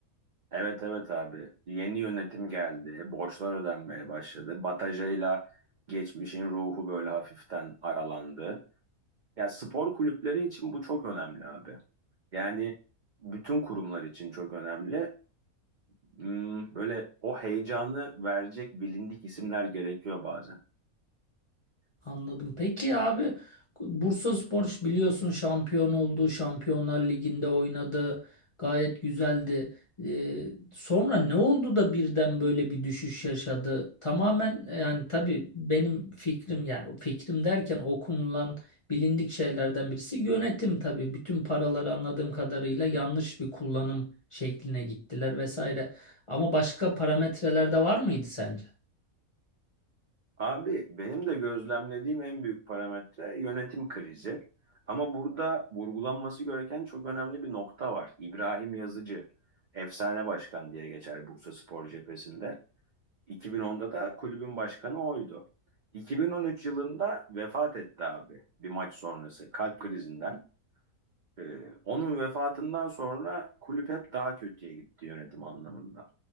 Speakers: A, on the right; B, on the left.
A: Evet evet abi. Yeni yönetim geldi. Borçlar ödenmeye başladı. Batajayla geçmişin ruhu böyle hafiften aralandı. Ya spor kulüpleri için bu çok önemli abi. Yani bütün kurumlar için çok önemli. Hmm, Böyle o heyecanı verecek bilindik isimler gerekiyor bazen.
B: Anladım. Peki abi Bursaspor biliyorsun şampiyon oldu. Şampiyonlar Ligi'nde oynadı. Gayet güzeldi. Ee, sonra ne oldu da birden böyle bir düşüş yaşadı? Tamamen e, yani tabii benim fikrim yani o fikrim derken okunulan bilindik şeylerden birisi yönetim tabii. Bütün paraları anladığım kadarıyla yanlış bir kullanım şekline gittiler vesaire. Ama başka parametreler de var mıydı sence?
A: Abi benim de gözlemlediğim en büyük parametre yönetim krizi. Ama burada vurgulanması gereken çok önemli bir nokta var. İbrahim Yazıcı, efsane başkan diye geçer Bursaspor cephesinde. 2010'da da kulübün başkanı oydu. 2013 yılında vefat etti abi bir maç sonrası kalp krizinden. Ee, onun vefatından sonra kulüp hep daha kötüye gitti yönetim anlamında.